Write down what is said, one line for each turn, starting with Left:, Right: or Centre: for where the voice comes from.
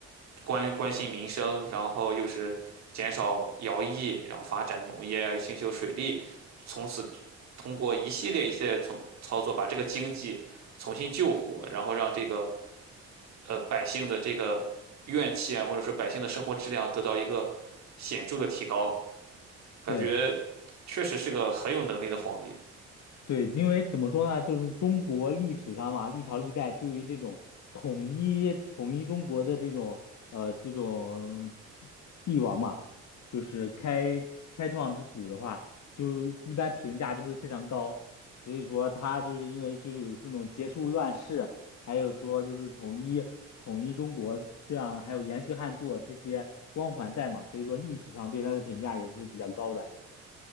Right: 关关心民生，然后又是减少徭役，然后发展农业啊，又兴修水利，从此通过一系列一系列从操作，把这个经济重新救活，然后让这个呃百姓的这个怨气啊，或者说百姓的生活质量得到一个显著的提高。感觉
Left: 对。
Right: 确实是个很有能力的皇帝
Left: 对，因为怎么说呢，就是中国历史上嘛，历朝历代对于这种统一统一中国的这种呃这种帝王嘛，就是开开创之祖的话，就一般评价就会非常高。所以说他就是因为就是有这种结束乱世，还有说就是统一统一中国这样，还有延续汉祚这些光环在嘛，所以说历史上对他的评价也是比较高的。